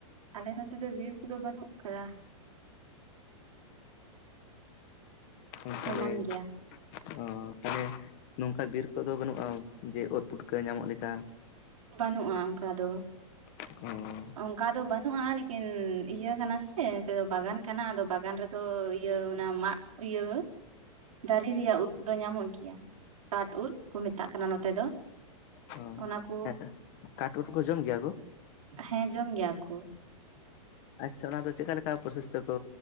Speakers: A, on the right (about 85°); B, on the left (about 30°).
A: ᱟᱞᱮ ᱱᱚᱛᱮ ᱫᱚ ᱵᱤᱨ ᱠᱚᱫᱚ ᱵᱟᱹᱱᱩᱜ ᱠᱟᱫᱟ᱾
B: ᱚ <unintelligible>
A: ᱥᱚᱢᱟᱱ ᱜᱮᱭᱟ
B: ᱚ ᱛᱟᱦᱚᱞᱮ᱾ ᱱᱚᱝᱠᱟ ᱵᱤᱨ ᱠᱚᱫᱚ ᱵᱟᱹᱱᱩᱜᱼᱟ ᱡᱮ ᱳᱫ ᱯᱩᱴᱠᱟᱹ ᱧᱟᱢᱚᱜ ᱞᱮᱠᱟ᱾
A: ᱵᱟᱹᱱᱩᱜᱼᱟ ᱚᱝᱠᱟ ᱫᱚ᱾
B: <unintelligible>
A: ᱚᱱᱠᱟ ᱫᱚ ᱵᱟᱹᱱᱩᱜᱼᱟ ᱞᱮᱠᱤᱱ ᱤᱭᱟᱹ ᱠᱟᱱᱟ ᱥᱮ ᱱᱤᱛᱮᱫ ᱫᱚ ᱵᱟᱜᱟᱱ ᱠᱟᱱᱟ ᱟᱫᱚ ᱵᱟᱜᱟᱱ ᱨᱮᱫᱚ ᱤᱭᱟᱹ ᱚᱱᱟ ᱢᱟᱜ ᱤᱭᱟᱹ ᱫᱟᱨᱮ ᱨᱮᱭᱟᱜ ᱩᱫ ᱫᱚ ᱧᱟᱢᱚᱜ ᱜᱮᱭᱟ ᱠᱟᱴ ᱩᱫ ᱠᱚ ᱢᱮᱛᱟᱜ ᱠᱟᱱᱟ ᱱᱚᱛᱮ ᱫᱚ᱾
B: ᱦᱸ
A: ᱚᱱᱟ ᱠᱚ
B: <inaudible> ᱠᱟᱴ ᱩᱴ ᱠᱚ ᱡᱚᱢ ᱜᱮᱭᱟ ᱜᱚ
A: ᱦᱮᱸ ᱡᱚᱢ ᱜᱮᱭᱟ ᱠᱚ᱾
B: ᱟᱪᱪᱷᱟ ᱚᱱᱟ ᱫᱚ ᱪᱮᱫᱠᱟ ᱞᱮᱠᱟ ᱯᱨᱚᱥᱮᱥᱛᱮ ᱠᱚ